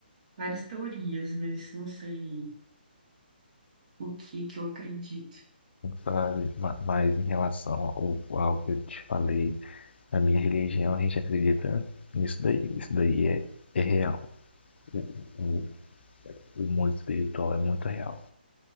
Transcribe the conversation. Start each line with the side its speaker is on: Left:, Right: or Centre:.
Right: várias teorias, mas não sei o que que eu acredito.
Left: sabe? Ma- Mas em relação ao, ao que eu te falei, na minha religião a gente acredita nisso daí. Isso daí é, é real. O, o, o mundo espiritual é muito real.